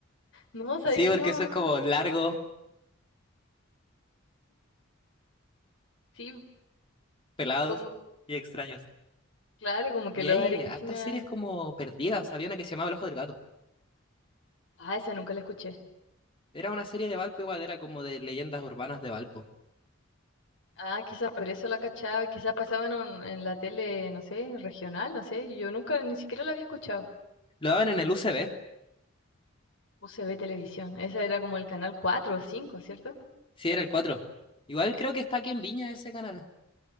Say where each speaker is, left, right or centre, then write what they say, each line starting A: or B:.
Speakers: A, on the left (about 65°); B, on the left (about 25°).
A: No, ¿sabes
B: Sí,
A: que
B: porque
A: no?
B: son como largos,
A: Sí,
B: pelados
A: como,
B: y extraños.
A: claro, como que
B: Y
A: los
B: hay
A: Hare Krishna...
B: hartas series como perdidas. Había una que se llamaba El Ojo del Gato.
A: Ah, esa nunca la escuché.
B: Era una serie de Valpo, igual era como de leyendas urbanas de Valpo.
A: Ah, quizás por eso la cachaba, quizás pasaban en, en la tele, no sé, regional, no sé, yo nunca, ni siquiera la había escuchado.
B: Lo daban en el UCB.
A: UCB Televisión, esa era como el canal cuatro o cinco ¿cierto?
B: Sí, era el 4. Igual creo que está aquí en Viña ese canal.